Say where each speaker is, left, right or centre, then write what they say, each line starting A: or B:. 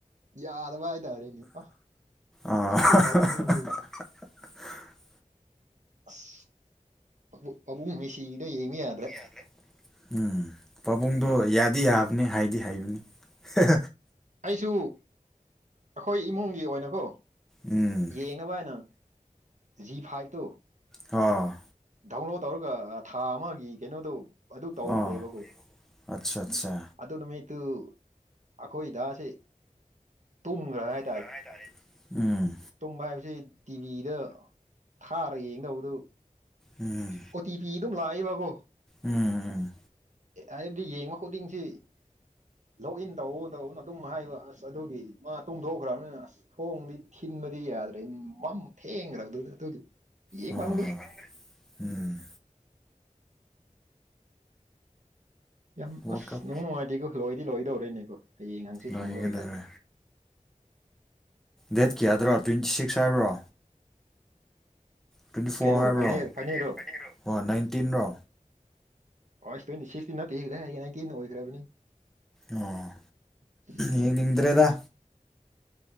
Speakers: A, on the right; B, in the centre.
A: ꯌꯥ ꯇꯕ ꯍꯥꯏꯇꯥꯔꯦꯅꯦ ꯑꯣ
B: ꯑꯥ
A: ꯈꯣꯏꯗꯧ ꯁꯥꯎꯅꯤꯡꯕꯖꯤ
B: <unintelligible>
A: ꯑꯁ ꯑꯕꯨ ꯄꯥꯕꯨꯡ ꯃꯦꯁꯤꯒꯤꯗꯣ ꯌꯦꯡꯕ ꯌꯥ
B: ꯍꯦ ꯍꯦ ꯎꯝ ꯄꯥꯕꯨꯡꯗꯣ ꯌꯥꯗꯤ ꯌꯥꯕꯅꯦ ꯍꯥꯏꯗꯤ ꯍꯩꯕꯅꯦ ꯍꯦ ꯍꯦ
A: ꯑꯩꯁꯨ ꯑꯈꯣꯏ ꯏꯃꯨꯡꯒꯤ ꯑꯣꯏꯅꯀꯣ
B: ꯎꯝ
A: ꯌꯦꯡ ꯀꯃꯥꯏꯅ ꯖꯤ ꯐꯥꯏꯚꯇꯣ
B: ꯑꯣ
A: ꯗꯥꯎꯟꯂꯣꯗ ꯇꯧꯔꯒ ꯊꯥ ꯑꯃꯒꯤ ꯀꯩꯅꯣꯗꯣ ꯑꯗꯨ ꯇꯧꯈ꯭ꯔꯦꯕꯀꯣ
B: ꯑꯣ ꯑꯠꯆꯥ ꯑꯠꯆꯥ
A: ꯑꯗꯨ ꯅꯨꯃꯤꯠꯇꯨ ꯑꯈꯣꯏꯗꯥꯁꯦ ꯇꯨꯝꯒ꯭ꯔꯦ ꯍꯥꯏ
B: ꯍꯤꯏ ꯇꯥꯔꯦ ꯎꯝ
A: ꯇꯨꯝꯕ ꯍꯥꯏꯕꯁꯤ ꯇꯤꯚꯤꯗ ꯊꯥꯔ ꯌꯦꯡꯗꯧꯗꯨ
B: ꯎꯝ
A: ꯑꯣꯇꯤ ꯄꯤ ꯑꯗꯨꯝ ꯂꯥꯛꯑꯦꯕꯀꯣ
B: ꯎꯝ
A: ꯑꯦ ꯍꯥꯏꯕꯗꯤ ꯌꯦꯡꯕ ꯈꯨꯗꯤꯡꯁꯤ ꯂꯣꯛꯏꯟ ꯇꯧꯑꯣ ꯇꯧꯑꯣꯅ ꯑꯗꯨꯝ ꯍꯥꯏꯕ ꯑꯁ ꯑꯗꯨꯒꯤ ꯃꯥ ꯇꯨꯝꯗꯣꯛꯈ꯭ꯔꯝꯅꯤꯅ ꯑꯁ ꯊꯣꯡꯗꯤ ꯊꯤꯟꯕꯗꯤ ꯌꯥꯗ ꯃꯝ ꯊꯦꯡꯒ꯭ꯔꯕꯗꯨꯗ ꯑꯗꯨꯗꯤ ꯌꯦꯡ
B: ꯍꯣꯏ
A: ꯐꯪꯗ꯭ꯔꯦ
B: ꯍꯣꯏ ꯎꯝ
A: ꯌꯥꯝ
B: ꯋꯥꯔꯜ
A: ꯑꯁ
B: ꯀꯞ
A: ꯅꯨꯡ ꯅꯨꯡꯉꯥꯏꯇꯦꯀꯣ ꯂꯣꯏꯗꯤ ꯂꯣꯏꯗꯧꯔꯣꯏꯅꯦꯀꯣ ꯍꯌꯦꯡ ꯍꯪꯆꯤꯠꯀꯨꯝꯕ
B: ꯂꯣꯏꯒꯗꯧꯔꯦ
A: ꯑꯣꯏꯔꯗꯤ
B: ꯗꯦꯠ ꯀꯌꯥꯗꯔꯣ ꯇ꯭ꯋꯦꯟꯇꯤ ꯁꯤꯛꯁ ꯍꯥꯏꯕ꯭ꯔꯣ ꯇ꯭ꯋꯦꯟꯇꯤ ꯐꯣꯔ
A: ꯀꯩꯅꯣ
B: ꯍꯥꯏꯕ꯭ꯔꯣ
A: ꯐꯥꯏꯅꯦꯜ ꯐꯥꯏꯅꯦꯜꯔꯣ
B: <unintelligible> ꯑꯣ ꯅꯥꯏꯟꯇꯤꯟꯔꯣ
A: ꯑꯣꯏꯁ ꯇ꯭ꯋꯦꯟꯇꯤ ꯁꯤꯛꯁꯇꯤ ꯅꯠꯇꯦꯍꯦ ꯀꯗꯥꯏꯗꯒꯤ ꯅꯥꯏꯇꯤꯟ ꯑꯣꯏꯒ꯭ꯔꯕꯅꯤ
B: ꯑꯣ
A: <inaudible>
B: ꯌꯦꯡꯅꯤꯡꯗ꯭ꯔꯦꯗ